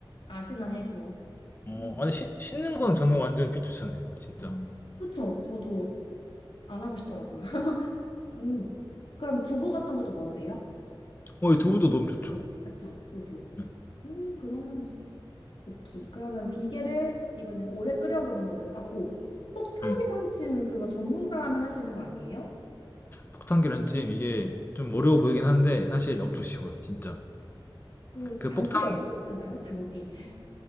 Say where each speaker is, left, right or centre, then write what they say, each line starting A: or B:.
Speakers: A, on the left; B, on the left.
A: 아시나 해서.
B: 어,
A: 음.
B: 아니 씻- 씻는 건 저는 완전 비추천해요, 진짜.
A: 아, 그쵸? 저도 안 하고 싶더라고요. <laughs> 음. 그럼 두부 같은 것도 넣으세요?
B: 어, 이 두부도 너무 좋죠.
A: 그쵸? 두부.
B: 네,
A: 음, 그러면 오케이. 그러면 비계를 이번엔 오래 끓여보는 걸로 하고 폭탄
B: 네.
A: 계란찜 그거 전문가만 할 수 있는 거 아니에요?
B: 폭탄 계란찜 이게 좀 어려워 보이긴 한데 사실 엄청 쉬워요, 진짜.
A: 그
B: 그
A: 장비
B: 폭탄
A: 없어도 괜찮아요? 장비. <laughs>